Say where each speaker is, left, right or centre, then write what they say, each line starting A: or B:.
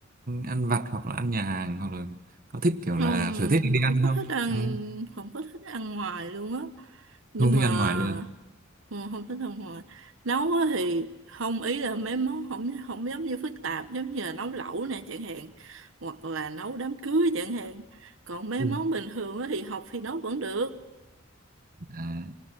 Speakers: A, on the right; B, on the right.
A: ăn vặt hoặc là ăn nhà hàng hoặc là có thích kiểu
B: Không,
A: là sở thích đi
B: không
A: ăn
B: có
A: không
B: thích ăn,
A: ăn,
B: không có thích ăn ngoài luôn á. Nhưng
A: không thích
B: mà
A: ăn ngoài luôn
B: ừ, không thích ăn ngoài. Nấu á thì không ý là mấy món không không giống như phức tạp giống như là nấu lẩu nè chẳng hạn hoặc là nấu đám cưới chẳng hạn. Còn mấy
A: Ui.
B: món bình thường á thì học thì nấu vẫn được
A: à,